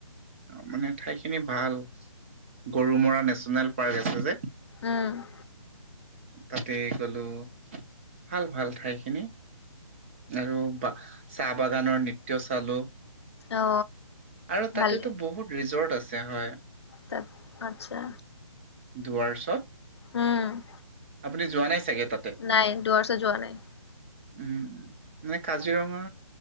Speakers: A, on the right; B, on the left.
A: মানে ঠাইখিনি ভাল গৰুমৰা নেশচনেল পাৰ্ক আছে যে-
B: উম
A: তাতে গলো ভাল ভাল ঠাইখিনি। আৰু বা চাহ বাগানৰ নৃত্য চালোঁ।
B: অ
A: আৰু তাতেতো
B: ভালে
A: বহুত ৰিজৰ্ট আছে হয়।
B: তাত আচ্ছা
A: দুৱাৰছত
B: উম
A: আপুনি যোৱা নাই চাগে তাত।
B: নাই দুৱাৰ চ যোৱা নাই।
A: উম কাজিৰঙা